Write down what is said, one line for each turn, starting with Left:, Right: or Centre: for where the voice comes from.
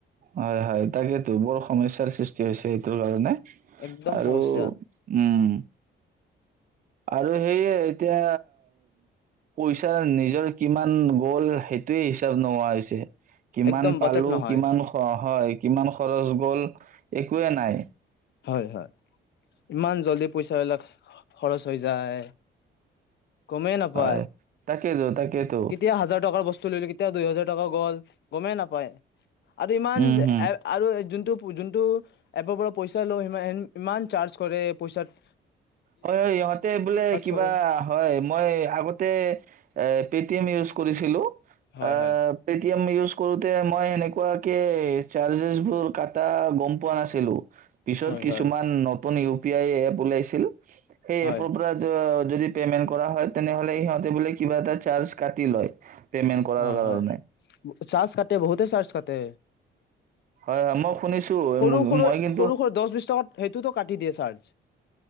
Right: হয়, হয় তাকেতো বৰ সমস্যাৰ সৃষ্টি হৈছে এইটোৰ কাৰণে।
Left: একদম
Right: আৰু
Left: সমস্যা
Right: উম! আৰু সেয়ে এতিয়া পইচাৰ নিজৰ কিমান গ'ল সেইটোৱে হিচাপ নোহোৱা হৈছে। কিমান
Left: একদম বাজেট
Right: পালো
Left: নহয়
Right: কিমান হোৱা হয়। কিমান খৰচ গ'ল একোৱে নাই।
Left: হয় হয়। ইমান জল্দি পইচাবিলাক খ-খৰচ হৈ যায়। গমেই নাপায়,
Right: হয়। তাকেইতো তাকেইতো
Left: কেতিয়া হাজাৰ টকাৰ বস্তু লৈ লৈ কেতিয়া দুই হেজাৰ টকা গ'ল গমেই নাপায়। আৰু ইমান
Right: উম
Left: যে
Right: হম।
Left: আ-আৰু যোন যোনটো এপবোৰৰ পইচা <unintelligible> ইমান চাৰ্জ কৰে পইচাত
Right: হয়, হয় ইহঁতে বোলে কিবা
Left: কৰে
Right: হয় মই আগতে এ পেটিএম ইউজ কৰিছিলো।
Left: হয়
Right: অ'
Left: হয়
Right: পেটিএম ইউজ কৰোতে মই সেনেকে পৰাকে চাৰ্জেছবোৰ কাটা গম পোৱা নাছিলোঁ। পিছত
Left: হয়
Right: কিছুমান
Left: হয়
Right: নত কোনে ইউ পি আই এপ ওলাইছ <inaudible> সেই
Left: হয়।
Right: এপৰ পৰা যো যদি পেমেন্ট কৰা হয়, তেনেহ'লে সিহঁতে বোলে কিবা এটা চাৰ্জ কাটি লয়। পে'মেণ্ট কৰাৰ
Left: অ',
Right: কাৰণে
Left: হয়। চাৰ্জ কাটে বহুতে চাৰ্জ কাট তে
Right: হয়, হয় মই শুনিছোঁ
Left: সৰু সৰু
Right: মই কিন্তু
Left: সৰু সৰু দছ বিশ টকাত সেইটোতো কাটি দিয়ে চাৰ্জ